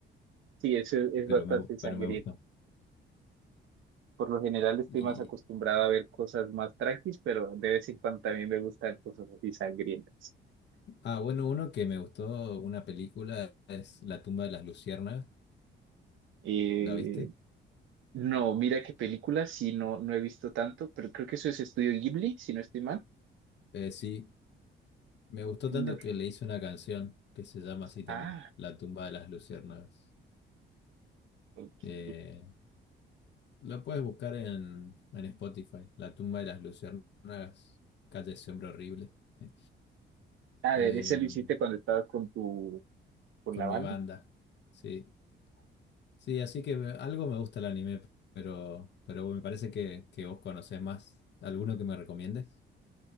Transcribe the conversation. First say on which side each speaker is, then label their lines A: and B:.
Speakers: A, on the right (about 80°); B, on the left (about 60°).
A: Sí, eso es, es
B: pero
A: bastante
B: me, gu-
A: sangriento.
B: pero me gustó.
A: Por lo general estoy
B: Y,
A: más acostumbrado a ver cosas más tranquis, pero de vez en cuando también me gustan cosas así sangrientas.
B: ah, bueno, uno que me gustó, una película, es La tumba de las luciérnagas
A: Eh,
B: ¿La viste?
A: no, mira qué película, sí, no, no he visto tanto, pero creo que eso es Estudio Ghibli, si no estoy mal.
B: Eh, sí, me gustó
A: No.
B: tanto que le hice una canción que se llama así también,
A: Ah,
B: La tumba de las luciérnagas.
A: ok.
B: Eh, la puedes buscar en, en Spotify, La tumba de las luciérnagas, Calle ese hombre horrible, <laughs>
A: A
B: eh,
A: ver, ese lo hiciste cuando estabas con tu, con
B: con
A: la banda.
B: mi banda. Sí, sí, así que me- algo me gusta el anime, pero, pero me parece que, que vos conocés más. ¿Alguno que me recomiendes?